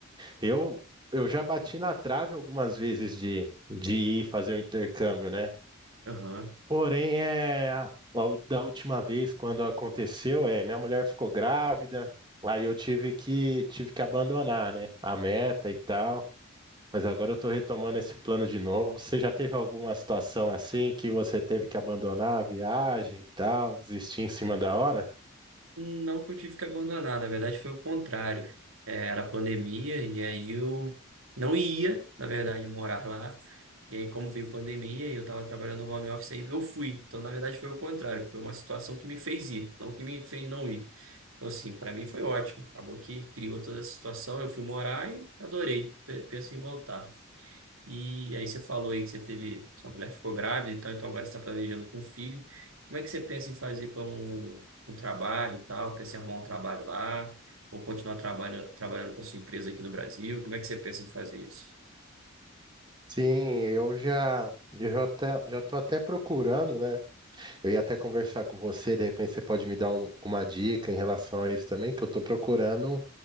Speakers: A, on the right; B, on the right.
A: Eu, eu já bati na trave algumas vezes de, de ir fazer o intercâmbio, né?
B: Aham.
A: Porém, é a- da última vez quando aconteceu, é minha mulher ficou grávida, aí eu tive que tive que abandonar, né? A meta e tal. Mas agora eu tô retomando esse plano de novo. Você já teve alguma situação assim que você teve que abandonar a viagem e tal, desistir em cima da hora?
B: Não que eu tive que abandonar, na verdade foi o contrário. É, era pandemia e aí eu não ia, na verdade, morar lá. E aí, como veio pandemia e eu estava trabalhando no home office, aí eu fui. Então, na verdade, foi o contrário. Foi uma situação que me fez ir, não que me fez não ir. Então, assim, para mim foi ótimo. Acabou que criou toda essa situação. Eu fui morar e adorei. Pe- Penso em voltar. E aí você falou aí que você teve, sua mulher ficou grávida e tal, então agora você está planejando com um filho. Como é que você pensa em fazer com um trabalho e tal? Pensa em arrumar um trabalho lá ou continuar trabalho, trabalhando com a sua empresa aqui no Brasil? Como é que você pensa em fazer isso?
A: Sim, eu já eu já, até, já tô até procurando, né? Eu ia até conversar com você, de repente você pode me dar al- alguma dica em relação a isso também, que eu estou procurando